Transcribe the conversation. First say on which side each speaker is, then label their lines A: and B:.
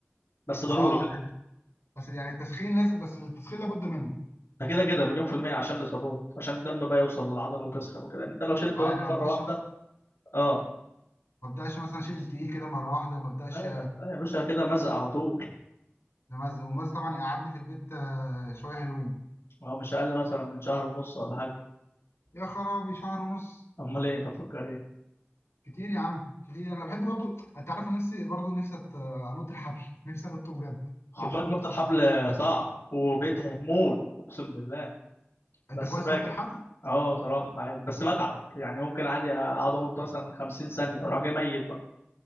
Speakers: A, on the left (about 70°); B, on the left (about 85°).
A: بس ضروري
B: اه
A: كده
B: يعني بس يعني التسخين لازم بس التسخين لابد منه
A: ده كده كده مليون في الميه عشان الاصابات عشان الدم بقى يوصل للعضله وتسخن وكده يعني انت لو شلت
B: اه
A: وزن
B: يعني ما
A: مره
B: ابداش
A: واحده اه
B: ما ابداش مثلا اشيل تقيل كده مره واحده ما ابداش
A: لا يا- لا يا باشا كده مزق على طول
B: نمزه والمز طبعا يقعدني في البيت آه، شويه حلوين
A: اه مش اقل مثلا من شهر ونص ولا حاجه
B: يا خرابي شهر ونص
A: امال ايه انت مفكر ايه
B: كتير يا عم كتير انا بحب برضو انت عارف أنا نفسي برضو نفسي أت- انط الحبل <laughs> نفسي انط بجد
A: خد
B: ما اعرفش
A: بالك
B: انط
A: نط
B: خالص
A: الحبل صعب وبيتعب موت اقسم بالله بس
B: انت كويس
A: فاجر
B: في نط الحبل
A: اه صراحه عادي بس بتعب يعني ممكن عادي اقعد انط مثلا 50 ثانيه واروح جاي ميت